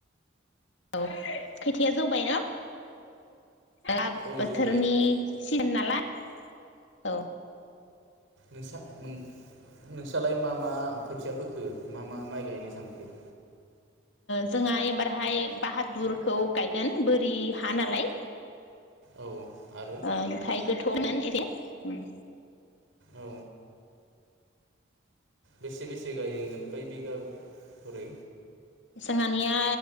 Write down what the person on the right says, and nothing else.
औ
जौबाय
नोंसा नों-नोंस्रालाय मा मा खोथिया फोखो? मा मा माइ गायनो सानखो?
औ आरो
औ बेसे बेसे गायोगोन खै बिगा खरै?